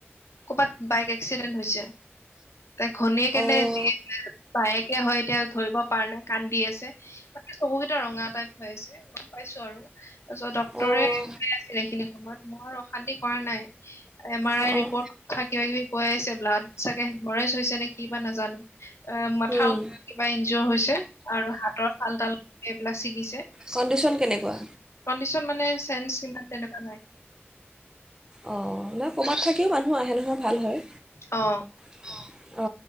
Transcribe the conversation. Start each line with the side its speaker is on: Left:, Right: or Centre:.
Left: কৰ'বাত বাইক এক্সিডেণ্ট হৈছে। তাই ঘনীয়েকে কেনে
Right: অঁ অঁ
Left: বাইক কে হয় এতিয়া ধৰিব পাৰ নাই কান্দি আছে <unintelligible> চকুকেইটা ৰঙা টাইপ হৈ আছে, গম পাইছো আৰু তাৰপিছত ডক্টৰে
Right: অঁ
Left: <unintelligible> সেইখিনি <unintelligible> মই অশান্তি কৰা নাই। এম আৰ
Right: অঁ
Left: আই
Right: অঁ
Left: ৰিপৰ্ট থা কিবা কিবি কৈ আছে ব্লাড চাগে হেমৰেজ হৈছে নে কি বা নাজানো? এ মাথাওত
Right: উম
Left: কিবা ইনজৰ হৈছে আৰু হাতৰ হাল তাল এইবিলাক ছিগিছে।
Right: কণ্ডিশন কেনেকুৱা?
Left: কনডিচন মানে চেঞ্জ ইমান তেনেকুৱা নাই।
Right: অঁ নহয় ক'ৰবাত থাকিও মানুহ আহে নহয় ভাল হয়।
Left: অ।
Right: অ,